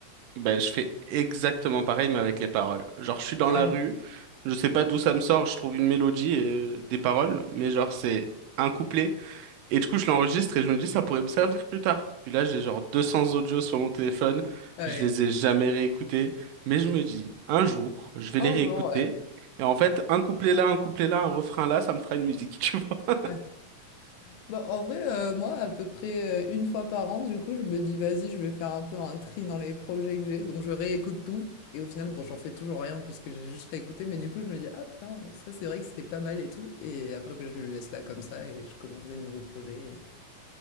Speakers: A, on the right; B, on the left.
A: Ben, je fais exactement pareil, mais avec les paroles. Genre, je suis dans
B: Ouais.
A: la rue, je sais pas d'où ça me sort, je trouve une mélodie et des paroles, mais genre, c'est un couplet. Et du coup, je l'enregistre et je me dis, ça pourrait me servir plus tard. Puis là, j'ai genre 200 audios sur mon téléphone.
B: Ouais.
A: Je les ai jamais réécoutés. Mais je me dis, un jour, je vais
B: Un
A: les réécouter.
B: jour, ouais.
A: Et en fait, un couplet là, un couplet là, un refrain là, ça me fera une musique, <laughs> tu vois.
B: Ouais. Bah, en vrai, euh, moi, à peu près euh, une fois par an, du coup, je me dis, vas-y, je vais faire un peu un tri dans les projets que j'ai. Donc, je réécoute tout. Et au final, bon, j'en fais toujours rien parce que j'ai juste réécouté. Mais du coup, je me dis, ah putain, ça, c'est vrai que c'était pas mal et tout. Et après, bah, je le laisse là comme ça et je commence des nouveaux projets.